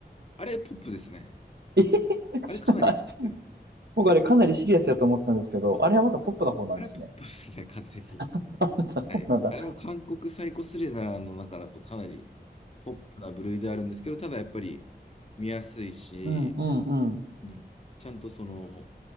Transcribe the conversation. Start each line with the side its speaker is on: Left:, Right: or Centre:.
Left: あれポップですね。
Right: え <laughs>
Left: あれかなりポップです。
Right: 僕あれかなりシリアスやと思ってたんですけど、
Left: あ
Right: あれはまたポップな方なんですね。
Left: あれポップですね、完全に。
Right: <laughs> あんた、そうなんだ。
Left: はい。あれは韓国サイコスリラーの中だとかなりポップな部類であるんですけど、ただやっぱり見やすいし、
Right: うん、うん、うん。
Left: うん、ちゃんとその、